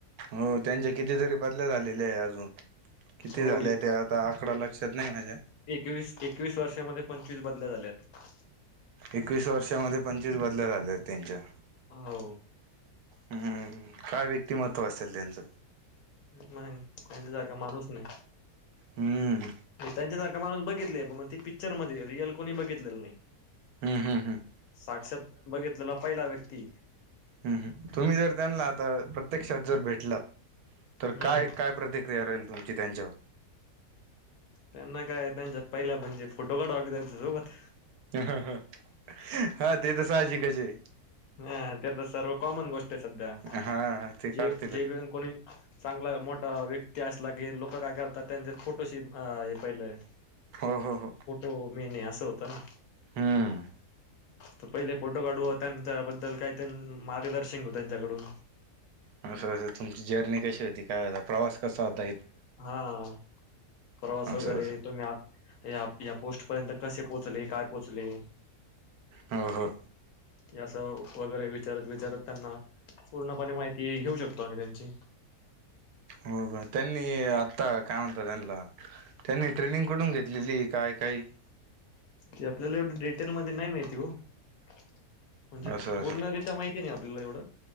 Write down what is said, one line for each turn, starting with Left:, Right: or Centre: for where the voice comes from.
Right: हो त्यांच्यां कितीतंरी बदल्यान झालेले आहे अजूंन किती
Left: हो
Right: झाले त्यां आतां आकडां लक्षांत नाहीं मांझ्यां
Left: एकवीसं एकवीसं वर्षामंध्ये पंचवीसं बदल्यां झाल्यां तं
Right: एकवीसं वर्षामंध्ये पंचवीसं बदल्यां झाल्यांतं त्यांच्यां
Left: हो
Right: हम्मं कायं व्यक्तिमंत्व असेलं त्यांचं
Left: नाहीं त्यांच्या सारखां माणूंस नाहीं
Right: हम्म
Left: त्यांच्यासांरखां माणूंस बघितले मंग त पिक्चर मंध्ये रिअल कोणी बघितलेलं नाहीं
Right: हम्म हम्म हम्म
Left: साक्षांत बघितलेला पहिलां व्यंक्ती.
Right: हम्मं तुम्हीं जंर त्यांनां आतां प्रत्यक्षांत जंर भेटलांत तरं
Left: हम्म
Right: कायं
Left: हम्म
Right: कायं. प्रतिक्रियां राहीलं तुमची त्यांच्यांवर.
Left: त्यांनां कायं त्यांच्यांत पहिला बर्थडे म्हणजे फोटों काढूं त्यांच्या सोबतं.
Right: हं हां ते तरं सांहजिकचं आहे..
Left: हां ते तरं सर्व कॉमंन गोष्ट आहे संध्या
Right: हा ते काढतीलच
Left: जे जेब कोणी. चांगलं मोठां व्यंक्ती असलां की लोकं कायं करतांत त्यांच्या फोटोंशी. हं हे पहिले आहे.
Right: हो ह हो.
Left: फोटो मेनं आहे असं होतं नां.
Right: हम्मं.
Left: तो पहिलें फोटो काढूं त्यांच्याबद्दल कायं त्यां मार्गदर्शन घेऊ त्यांच्याकडूंन.
Right: असं असं तुमची जर्नी कशी होती कायं होतां प्रवांस कसां होतां.
Left: हां प्रवांस वगैरे
Right: असं असं
Left: तुम्हीं आंत्ता. यां पोस्टं पर्यंतं कसें पोहोचंले कायं पोहोचंले
Right: हो हो
Left: हे असं वगैरे विचारतं विचारतं त्यांनां पूर्णपणें माहिती घेऊ शकतो आम्हीं त्यांची
Right: हो कां त्यांनी आतां कायं म्हणतां त्यांनां त्यांनी ट्रेनिंग कुठूंन घेतली लेली काय काही. <unintelligible>
Left: ते आपल्यांला एवढं डिटेलं मंध्ये नाहीं मांहिती हो म्हणजे
Right: असं
Left: पूर्ण. कायं मांहिती नाहीं आपल्यांला एवढं.